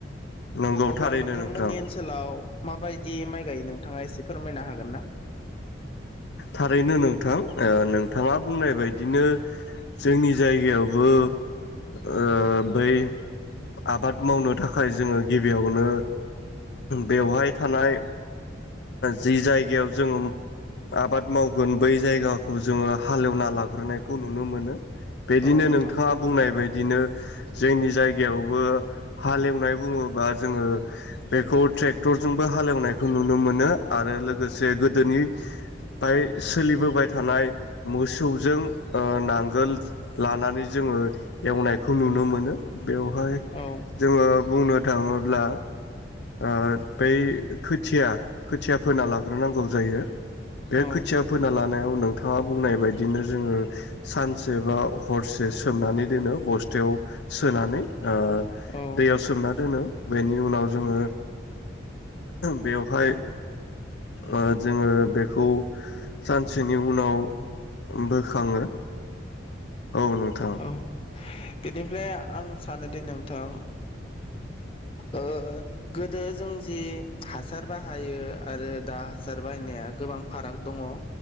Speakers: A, on the left (about 65°); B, on the left (about 30°).
A: नंगौ
B: अब्ला
A: थारैनो
B: नोंथांमोननि
A: नोंथां
B: ओनसोलाव माबायदि माइ गायो नोंथाङा एसे फोरमायनो हागोन ना?
A: थारैनो नोंथां। ओ नोंथाङा बुंनाय बायदिनो जोंनि जायगायावबो ओ बै आबाद मावनो थाखाय जोङो गिबियावनो बेवहाय थानाय जि जायगायाव जोङो आबाद मावगोन बै जायगाखौ जोङो हालेवना लाग्रोनायखौ नुनो मोनो। बिदिनो
B: औ नोंथां
A: नोंथाङा बुंनाय बाय। दिनो जोंनि जायगायावबो हालेवनाय बुङोबा जोङो। बेखौ ट्रेक्टरजों बो हालेवनायखौ नु। नो मोनो आरो लोगोसे गोदोनि-फाय सोलिबोबाय थानाय मोसौजों ओ नांगोल लानानै जोङो एवनायखौ नुनो मोनो। बेवहाय
B: औ
A: जोङो। बुंनो थाङोब्ला ओ बै खो थिया खोथिया फोना लाग्रोनांगौ जायो। बे
B: औ
A: खोथिया फोना लानायाव। नोंथाङा बुंनाय बायदिनो जोङो सानसे बा हरसे सोमनानै दोनो बस्थायाव सोनानै। ओ
B: औ
A: दैयाव सोमना दोनो। बेनि उनाव जोङो। बेवहाय ओ जोङो बेखौ सानसेनि उनाव बोखाङो। औ नोंथां‌।
B: औ बेनिफ्राय आं सानोदिे नोंथां ओ गोदो जों जि हासार बाहायो आरो दा हासार बाहायनाया गोबां फाराग दङ।